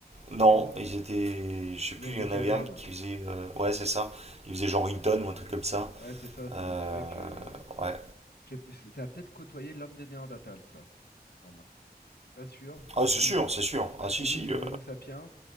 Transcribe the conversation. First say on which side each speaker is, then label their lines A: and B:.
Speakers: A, on the left; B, on the right.
A: C'était
B: Non,
A: plus gros que
B: ils étaient. Je sais plus,
A: l'ours
B: il
A: des
B: y
A: cavernes.
B: en avait un qui faisait. euh, ouais, c'est ça. Il faisait genre une tonne ou un truc comme ça.
A: Ouais, c'est ça, c'est
B: Euh,
A: des trucs. euh,
B: ouais,
A: je sais p- c'est- ça a peut-être côtoyé l'homme des Néandertals, ça. semble, hein. Je suis pas sûr. Parce
B: Ah, c'est
A: que,
B: sûr,
A: ouais,
B: c'est sûr.
A: parce
B: Ah, si,
A: que nous,
B: si.
A: c'est
B: euh,
A: Homo sapiens